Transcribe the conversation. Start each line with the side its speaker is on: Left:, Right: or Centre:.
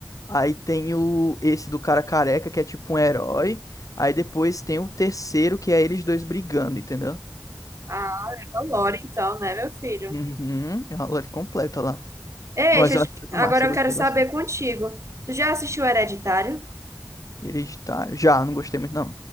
Left: Aí tem o esse do cara careca, que é tipo um herói. Aí depois tem o terceiro, que é eles dois brigando, entendeu?
Right: Ah, é uma lore então, né, meu filho?
Left: Uhum, é uma lore completa lá.
Right: Ei,
Left: Mas
Right: deixa eu
Left: eu acho
Right: te-
Left: muito
Right: agora
Left: massa, eu
Right: eu
Left: gostei
Right: quero saber
Left: bastante.
Right: contigo. Tu já assistiu Hereditário?
Left: Hereditário. Já, não gostei muito, não.